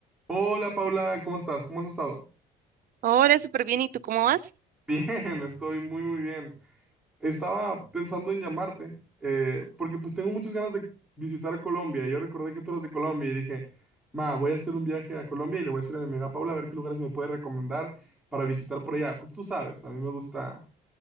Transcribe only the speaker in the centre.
Hola Paula, ¿cómo estás? ¿Cómo has estado?
Bien, <laughs> estoy muy muy bien. Estaba pensando en llamarte eh, porque pues tengo muchas ganas de visitar Colombia. Yo recordé que tú eras de Colombia y dije, ma, voy a hacer un viaje a Colombia y le voy a decir a mi amiga Paula a ver qué lugares me puede recomendar para visitar por allá. Pues tú sabes, a mí me gusta,